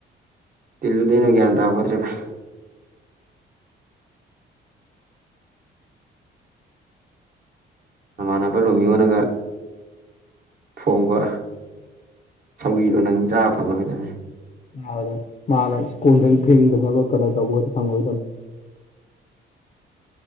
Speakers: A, on the right; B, on the left.
A: ꯇꯤꯜꯂꯨꯗꯣꯏꯅꯦ ꯒꯌꯥꯟ ꯇꯥꯕ ꯅꯠꯇ꯭ꯔꯤ ꯚꯥꯏ ꯃꯃꯅꯕ ꯔꯣꯃꯤꯌꯣꯅꯒ ꯊꯣꯡꯕ ꯁꯧꯒ꯭ꯔꯤꯗꯣ ꯅꯪ ꯆꯥꯕ ꯐꯪꯉꯥꯔꯣꯏꯗꯕꯅꯤ
B: ꯑ ꯃꯥꯅ ꯁꯀꯨꯜ ꯊꯦꯡꯗꯅꯕ ꯀꯗꯔ ꯇꯧꯕꯁꯨ ꯐꯪꯉꯥꯔꯣꯏꯗꯕꯅꯦ ꯑꯗꯨꯝ